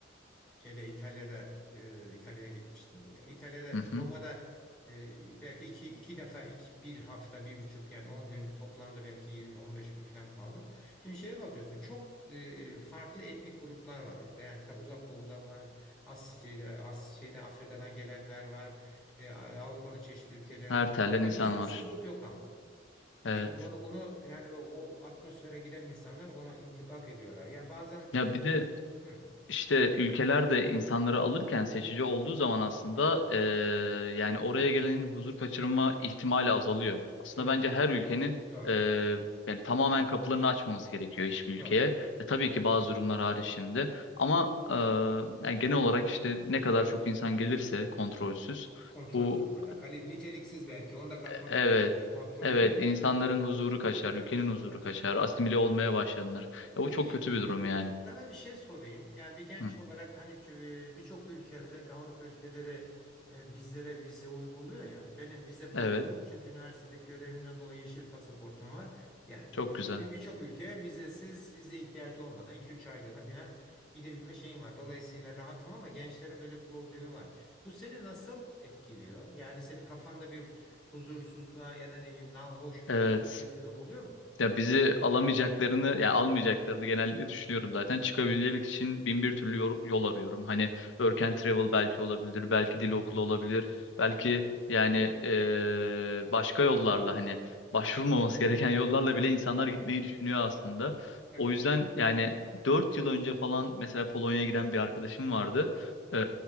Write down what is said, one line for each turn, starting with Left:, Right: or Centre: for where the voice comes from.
Centre: Şeyde İtalya'da e, İtalya'ya gitmiştim buraya. İtalya'da
Left: Hı hı.
Centre: Roma'da e, belki iki, iki defa iki, bir hafta bir buçuk yani 10 gün toplamda belki 20-15 gün falan kaldım. Şimdi şeye bakıyorsun çok e, farklı etnik gruplar var orada. Yani mesela Uzak Doğu'dan var, Asya'da, Asya'da Afrika'dan gelenler var, e, Avrupa'nın çeşitli ülkelerinden
Left: Her telden
Centre: var ama bir
Left: insan
Centre: huzursuzluk
Left: var.
Centre: yok ama.
Left: Evet.
Centre: Yani onu, onu yani o, o atmosfere giden insanlar ona intibak ediyorlar. Yani bazen
Left: Ya bir de
Centre: Hı,
Left: işte ülkeler de insanları alırken seçici olduğu zaman aslında eee, yani oraya gelenin huzur kaçırma ihtimali azalıyor. Aslında
Centre: doğru,
Left: bence
Centre: tabii,
Left: her ülkenin
Centre: doğru.
Left: eee, yani tamamen kapılarını açmamız gerekiyor hiçbir
Centre: Doğru.
Left: ülkeye. Ya tabii ki bazı durumlar hariç şimdi. Ama eee, yani genel olarak işte ne kadar çok insan gelirse kontrolsüz
Centre: Kontrolsüz
Left: bu
Centre: burada. Kali niteliksiz belki. Onu da katmak
Left: Evet.
Centre: lazım burada. Kontrollü.
Left: Evet, insanların huzuru kaçar, ülkenin huzuru
Centre: Evet.
Left: kaçar, asimile olmaya başlanır. Ya bu
Centre: Peki
Left: çok kötü bir durum yani.
Centre: Sana bir şey sorayım. Yani bir genç
Left: Hı.
Centre: olarak hani ç- birçok ülke özellikle Avrupa ülkeleri e, bizlere vize uyguluyor ya. Benim vize problemim
Left: Evet,
Centre: yok çünkü üniversitedeki görevimden dolayı yeşil pasaportum var. Yani
Left: çok
Centre: bir- bir-
Left: güzel.
Centre: bir- birçok ülkeye vizesiz, vize ihtiyacı olmadan 2-3 aylığına falan gidebilme şeyim var. Dolayısıyla rahatım ama gençlerin böyle bir problemi var. Bu seni nasıl etkiliyor? Yani senin kafanda bir huzursuzluğa ya da ne bileyim nahoş
Left: Evet.
Centre: bir diye sebep oluyor mu?
Left: Ya bizi alamayacaklarını ya almayacaklarını genellikle düşünüyorum zaten. Çıkabilmek
Centre: Hmm.
Left: için bin bir türlü yor- yol, arıyorum. Hani work and travel belki olabilir, belki
Centre: Hmm.
Left: dil okulu olabilir,
Centre: Anladım.
Left: belki yani eee, başka yollarla hani başvurulmaması gereken yollarla bile insanlar
Centre: Anladım.
Left: gitmeyi düşünüyor aslında.
Centre: Ya
Left: O yüzden yani 4 yıl önce falan mesela Polonya'ya giden bir arkadaşım vardı. Eee,